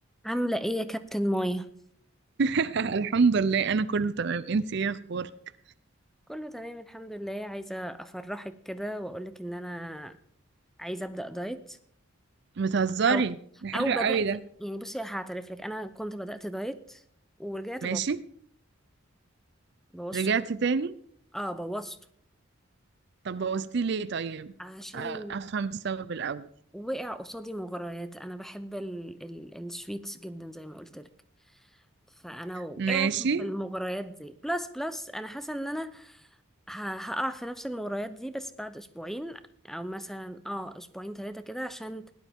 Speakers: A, in the centre; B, on the right (about 55°).
A: عاملة ايه يا كابتن مايا؟
B: <laughs> الحمد لله انا كله تمام انتي ايه اخبارك
A: كله تمام الحمد لله عايزة افرحك كده واقولك ان انا عايزة ابدأ دايت
B: بتهزري
A: او
B: ده حلو
A: او بدأت
B: قوي ده
A: يعني بصي هعترف لك انا كنت بدأت دايت ورجعت
B: ماشي
A: بو- بوظته
B: رجعتي تاني
A: اه بوظته
B: طب بوظتي ليه طيب
A: عشان
B: أ- افهم السبب الاول
A: وقع قصادي مغريات انا بحب ال ال السويتس جدا زي ما قلت لك فانا وقعت
B: ماشي
A: في المغريات دي بلس بلس انا حاسه ان انا ه- هقع في نفس المغريات دي بس بعد اسبوعين او مثلا اه اسبوعين ثلاثه كده عشان